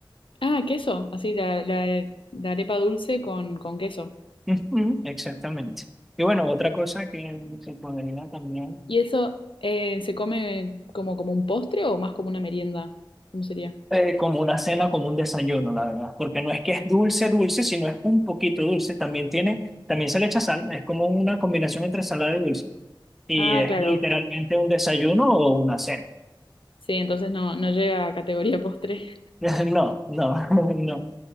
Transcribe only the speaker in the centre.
Ujú, Exactamente. Y bueno, otra cosa que se podría también,
eh, como una cena, como un desayuno, la verdad, porque no es que es dulce, dulce, sino es un poquito dulce. También tiene, también se le echa sal, es como una combinación entre salada y dulce. Y
es
literalmente un desayuno o una cena.
<laughs> No, no, <laughs> no.